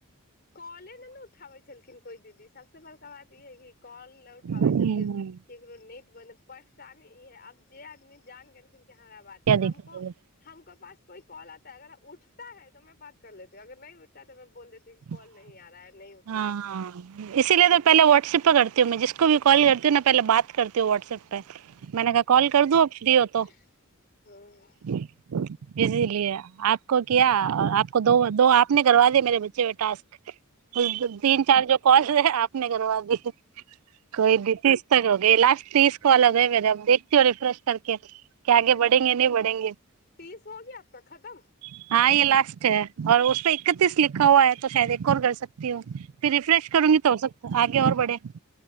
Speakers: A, on the left (about 45°); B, on the right (about 85°).
A: काले नहि ने उठाबै छलखिन कोइ दीदी सबसँ बड़का बात ई है कि कल नहि उठाबै
B: हम्म
A: छलखिन। ककरो नेट बंद है परेशानी ई है आब जे आदमी जान गेलखिन कि हमरा बातके
B: क्या दिक्कत
A: हमको
B: है
A: <unintelligible>
B: <unintelligible>
A: नहीं आ रहा है नहीं उठ रहा है
B: <unintelligible> <unintelligible>
A: हँ।
B: <unintelligible> <unintelligible> <unintelligible> <unintelligible>
A: <unintelligible>
B: <unintelligible> <unintelligible>